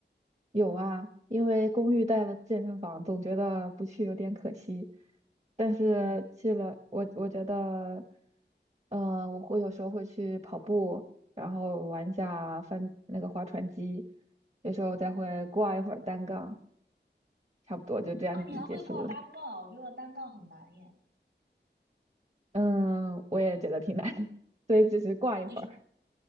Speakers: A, on the right; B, on the right.
A: 有啊，因为公寓带了健身房，总觉得不去有点可惜。但是去了，
B: 嗯，
A: 我我觉得，呃，我会有时候会去跑步，然后玩一下翻那个划船机，有时候再会挂一会儿单杠，
B: 嗯，
A: 差不多就这样子结束了。
B: 啊，你还会挂单杠啊？我觉得单杠很难耶。
A: 嗯，我也觉得挺难的，<laughs> 所以只是挂一会儿。
B: 你是